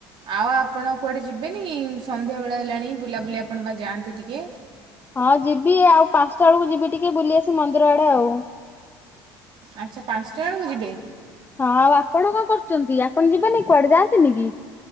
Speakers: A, on the right (about 55°); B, on the left (about 20°).
A: ଆଉ ଆପଣ କୁଆଡ଼େ ଯିବେନି ସନ୍ଧ୍ୟାବେଳ ହେଲାଣି ବୁଲାବୁଲି ଆପଣ ବା ଯାଆନ୍ତି ଟିକେ
B: ହଁ ଯିବି ଆଉ ପାଞ୍ଚଟା ବେଳକୁ ଯିବି ଟିକେ ବୁଲି ଆସି ମନ୍ଦିର ଆଡେ ଆଉ
A: ଆଚ୍ଛା ପାଞ୍ଚଟା ବେଳକୁ ଯିବେ?
B: ହଁ ଆଉ ଆପଣ କଣ କରୁଛନ୍ତି ଆପଣ ଯିବେନି କୁଆଡେ ଯାଆନ୍ତିନି କି?